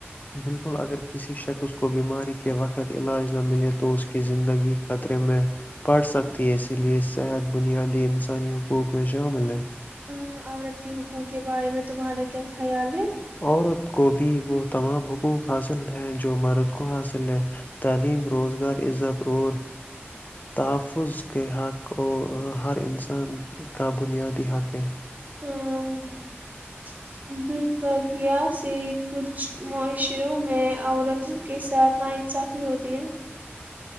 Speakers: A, on the left; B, on the right.
A: بالکل اگر کسی شخص کو بیماری کے وقت علاج نہ ملے تو اس کی زندگی خطرے میں پڑ سکتی ہے اسی لیے صحت بنیادی انسانی حقوق میں شامل ہے
B: ا عورت کے حقوق کے بارے میں تمہارا کیا خیال ہے
A: عورت کو بھی وہ تمام حقوق حاصل ہیں جو مرد کو حاصل ہے تعلیم روزگار عزت اور تحفظ کے حق اور ہر انسان کا بنیادی حق ہے
B: ہ <inaudible> دربھاگیہ سے کچھ معاشروں میں عورتوں کے ساتھ ناانصافی ہوتی ہے